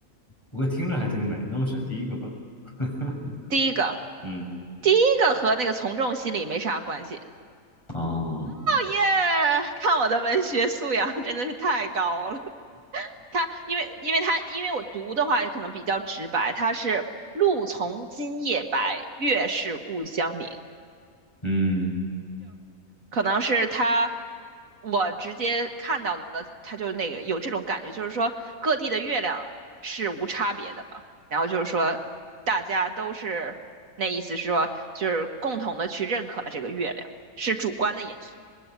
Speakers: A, on the left; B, on the right.
A: 不过听着还挺美，那我选第一个吧。<laughs>
B: 第一个，
A: 嗯，
B: 第一个和那个从众心理没啥关系。
A: 哦，
B: 耶！看我的文学素养真的是太高了。他因为因为他因为我读的话也可能比较直白，他是“路从今夜白，月是故乡明”，
A: 嗯
B: 可能是他我直接看到的，他就那个有这种感觉，就是说各地的月亮是无差别的嘛，然后就是说大家都是那意思是说就是共同的去认可了这个月亮，是主观的因素，